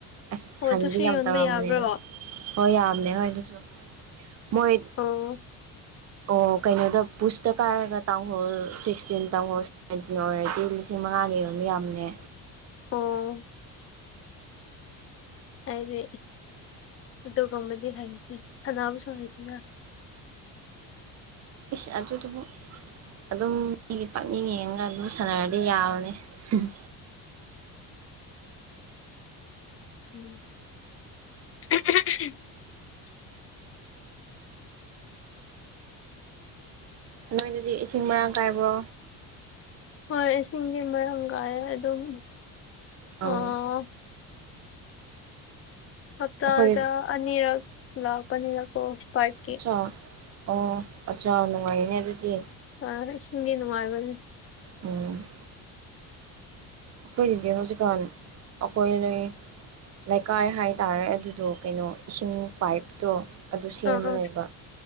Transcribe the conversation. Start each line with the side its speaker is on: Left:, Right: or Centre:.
Right: ꯑ
Left: ꯑꯣ
Right: ꯍꯥꯟꯗꯤ
Left: ꯑꯗꯨꯁꯨ
Right: ꯌꯥꯝ
Left: ꯌꯣꯟꯕ
Right: ꯇꯧꯔꯕꯅꯦꯗ
Left: ꯌꯥꯕ꯭ꯔꯣ
Right: ꯍꯣꯏ ꯌꯥꯝꯅꯦ ꯍꯣꯏ ꯑꯗꯨꯁꯨ ꯃꯣꯏ
Left: ꯑꯣ
Right: ꯑꯣ ꯀꯩꯅꯣꯗ ꯄꯨꯁꯇ ꯀꯥꯏꯔꯒ ꯇꯥꯡꯍꯣꯜ ꯁꯤꯛꯁꯇꯤꯟ ꯇꯥꯡꯍꯣꯜ ꯑꯗꯨꯅ ꯑꯣꯏꯔꯗꯤ ꯂꯤꯁꯤꯡ ꯃꯉꯥꯅꯤꯔꯣꯝ ꯌꯥꯝꯃꯦ
Left: ꯑꯣ ꯍꯥꯏꯗꯤ ꯑꯗꯨꯒꯨꯝꯕꯗꯤ ꯍꯩꯇꯦ ꯁꯅꯥꯕꯨꯁꯨ ꯍꯩꯇꯦꯗ
Right: ꯏꯁ ꯑꯗꯨꯗꯨꯕꯨ ꯑꯗꯨꯝ ꯃꯤꯒꯤ ꯄꯪꯌꯦꯡ ꯌꯦꯡꯉꯒ ꯑꯗꯨꯝ ꯁꯥꯟꯅꯔꯗꯤ ꯌꯥꯕꯅꯤ ꯍ ꯍ
Left: ꯂꯧꯁꯤꯟꯕ ꯉꯝꯗꯕ
Right: ꯅꯣꯏꯗꯗꯤ ꯏꯁꯤꯡ ꯃꯔꯥꯡ ꯀꯥꯏꯕ꯭ꯔꯣ
Left: ꯍꯣꯏ ꯏꯁꯤꯡꯗꯤ ꯃꯔꯥꯡ ꯀꯥꯏꯌꯦ ꯑꯗꯨꯝ
Right: ꯑꯪ
Left: ꯑꯥ ꯍꯞꯇꯥꯗ
Right: ꯑꯩꯈꯣꯏ
Left: ꯑꯅꯤꯔꯛ ꯂꯥꯛꯄꯅꯤꯅꯀꯣ ꯄꯥꯏꯚ
Right: ꯑꯠꯆꯥꯥ ꯑꯣ ꯑꯠꯆꯥꯥ ꯅꯨꯡꯉꯥꯏꯅꯦ ꯑꯗꯨꯗꯤ
Left: ꯇꯥꯔꯒ ꯏꯁꯤꯡꯗꯤ ꯅꯨꯡꯉꯥꯏꯕꯅꯦ
Right: ꯎꯝ ꯑꯩꯈꯣꯏꯒꯤꯗꯤ ꯍꯧꯖꯤꯛꯀꯥꯟ ꯑꯈꯣꯏꯔꯩ ꯂꯩꯀꯥꯏ ꯍꯥꯏꯇꯥꯔꯦ ꯑꯗꯨꯗꯣ ꯀꯩꯅꯣ ꯏꯁꯤꯡ ꯄꯥꯏꯞꯇꯣ ꯑꯗꯨ ꯁꯦꯝꯃ
Left: ꯑꯥ ꯑꯥ
Right: ꯂꯩꯕ